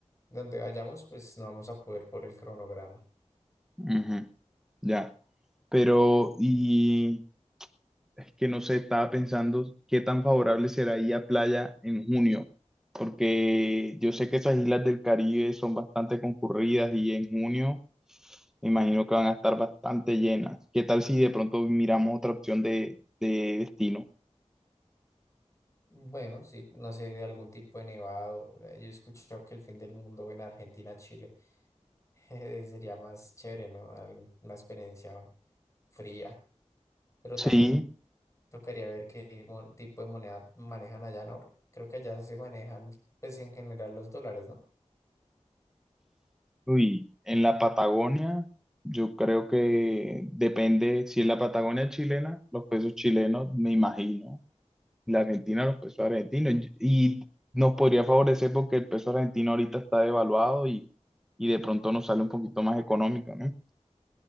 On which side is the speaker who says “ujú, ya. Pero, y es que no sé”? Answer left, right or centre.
Centre